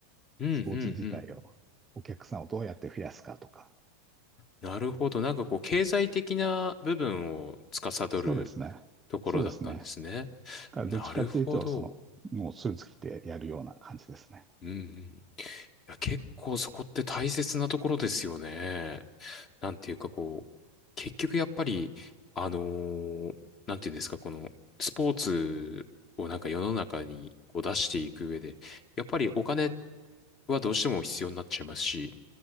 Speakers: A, on the left (about 35°); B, on the right (about 20°).
A: うん、う
B: スポーツ自体を、
A: ん。
B: お客さんをどうやって増やすかとか。
A: なるほど。なんかこう、経済的な部分を司る
B: そうですね。
A: ところだったんですね。
B: そうですね。だからどっちかというと、
A: なるほど。
B: その、もうスーツ着てやるような感じですね。
A: うんうん。いや、結構そこって大切なところですよね。なんていうかこう、結局やっぱり、あのーなんていうんですか、このスポーツをなんか世の中にこう出していく上で、やっぱりお金はどうしても必要になっちゃいますし、